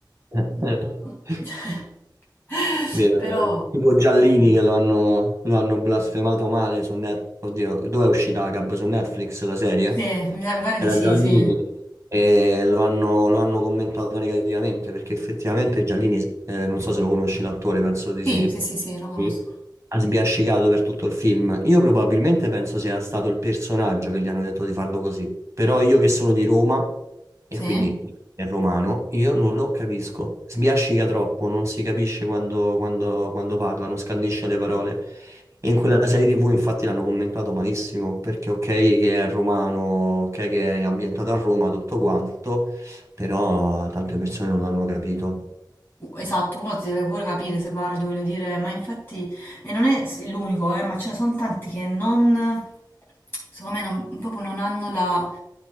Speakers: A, on the right (about 40°); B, on the left (about 30°).
A: <laughs>
B: <laughs>
A: Eh, Vero,
B: Però,
A: tipo Giallini che lo hanno, lo hanno blasfemato male su Netflix. Oddio, dove è uscita la Gab? Su Netflix la serie?
B: sì, mi pare mi pare
A: Era
B: di sì,
A: Giallini.
B: sì.
A: E lo hanno, lo hanno commentato negativamente perché effettivamente Giallini, eh, non so se lo conosci l'attore, penso di sì,
B: Sì, sì, sì, sì, lo conosco.
A: Sì. ha sbiascicato per tutto il film. Io probabilmente penso sia stato il personaggio che gli hanno detto di farlo così. Però io che sono di Roma e
B: Sì.
A: quindi è romano, io non lo capisco. Sbiascica troppo, non si capisce quando, quando, quando parla, non scandisce le parole. E in quella serie TV infatti l'hanno commentato malissimo, perché ok che è romano, ok che è ambientato a Roma, tutto quanto, però tante persone non l'hanno capito.
B: U- Esatto, uno deve pure capire se parli, voglio dire, ma infatti, e non è s- l'unico, eh, ma ce ne sono tanti che non, secondo me, non- proprio non hanno la,